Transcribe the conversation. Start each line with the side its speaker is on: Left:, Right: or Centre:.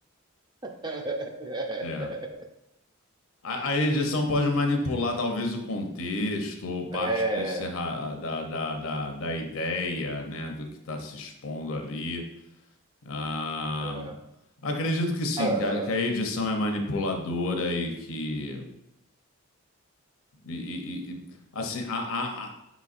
Right: <laughs>
Left: é. é. A, a edição pode manipular talvez o contexto ou parte
Right: É,
Left: do encerra, da, da, da, da ideia, né, do que está se expondo ali. Ah,
Right: é.
Left: acredito que sim,
Right: Ah, ah,
Left: que a, que a edição é manipuladora e que. e- e- e- assim, a, a, a,